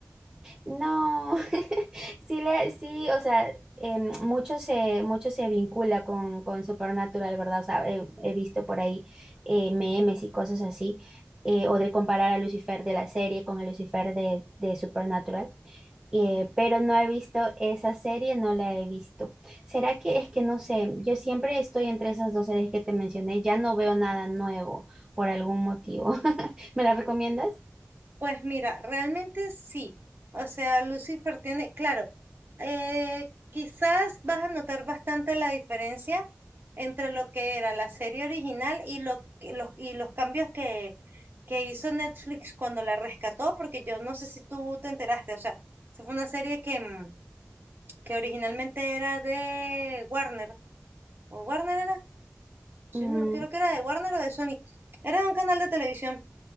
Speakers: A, on the right; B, on the right.
A: No, <laughs> sí, le, sí, o sea, em, mucho se, mucho se vincula con, con Supernatural, ¿verdad? O sea, he, he visto por ahí eh, memes y cosas así, eh, o de comparar a Lucifer de la serie con el Lucifer de, de Supernatural. eh, pero no he visto esa serie, no la he visto. ¿Será que es que no sé? Yo siempre estoy entre esas dos series que te mencioné, ya no veo nada nuevo por algún motivo. <laughs> ¿Me la recomiendas?
B: Pues mira, realmente sí. O sea, Lucifer tiene, claro, eh, quizás vas a notar bastante la diferencia entre lo que era la serie original y, lo, que- los, y los cambios que, que hizo Netflix cuando la rescató, porque yo no sé si tú te enteraste, o sea, esa fue una serie que, mm, que originalmente era de Warner, o Warner era,
A: Mm,
B: yo no creo que era de Warner o de Sony, era de un canal de televisión